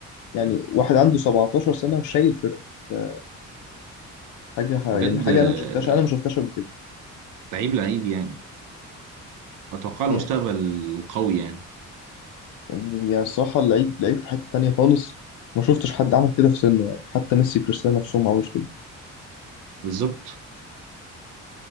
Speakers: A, on the left; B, on the right.
A: يعني واحد عنده 17 سنة وشايل فرقة ده حاجة ح- يعني
B: بجد
A: حاجة
B: آه،
A: أنا ما شفتهاش أنا ما شفتهاش قبل كده
B: لعيب لعيب يعني اتوقع المستقبل
A: يعني
B: قوي يعني
A: يعني الصراحة اللعيب لعيب في حتة تانية خالص ما شفتش حد عمل كده في سنه يعني حتى ميسي كريستيانو نفسهم ما عملوش كده
B: بالظبط